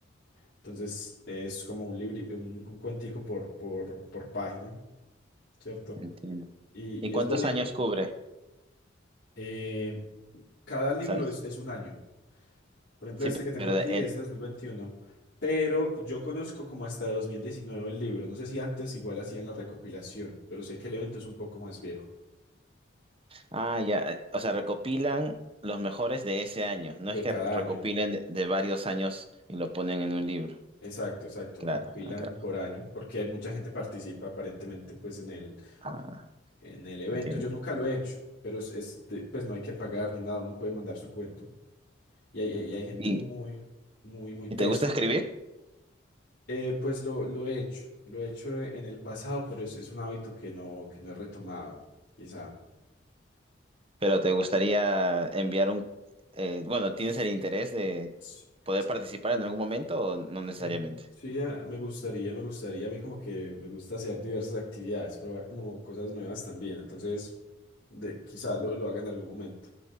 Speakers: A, on the left; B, on the right.
A: Entonces es como un libri- un, un cuentico por, por, por página, ¿cierto?
B: entiendo.
A: Y,
B: ¿Y
A: y
B: cuántos
A: es bonito.
B: años cubre?
A: Eh, cada libro
B: ¿Sabes?
A: es, es un año. Por ejemplo,
B: Sí,
A: este que tengo
B: pero
A: aquí
B: de- en-
A: es de 2021, pero yo conozco como hasta 2019 el libro. No sé si antes igual hacían la recopilación, pero sé que el evento es un poco más viejo,
B: ah, ya. eh, O sea, recopilan los mejores de ese año. No
A: de
B: es que
A: cada
B: recopilen
A: año.
B: de, de varios años y lo ponen en un libro.
A: Exacto, exacto.
B: Claro,
A: Recopilan
B: ah, claro.
A: por año, porque hay mucha gente participa aparentemente pues en el,
B: Ah,
A: en el evento.
B: entiendo.
A: Yo nunca lo he hecho, pero es, es de- pues no hay que pagar ni nada, uno puede mandar su cuento. Y hay, y hay gente
B: ¿Y,
A: muy, muy, muy tesa.
B: y te gusta escribir?
A: Eh, pues lo, lo he hecho, lo he hecho e- en el pasado, pero es, es un hábito que no, que no he retomado, quizá.
B: Pero te gustaría enviar un eh, bueno, ¿tienes el interés de
A: Sí,
B: poder
A: sí,
B: participar en algún momento o no necesariamente?
A: sí, sí, ah, me gustaría, me gustaría. A mí como que me gusta hacer diversas actividades, probar como cosas nuevas también. Entonces, de, quizá lo, lo haga en algún momento.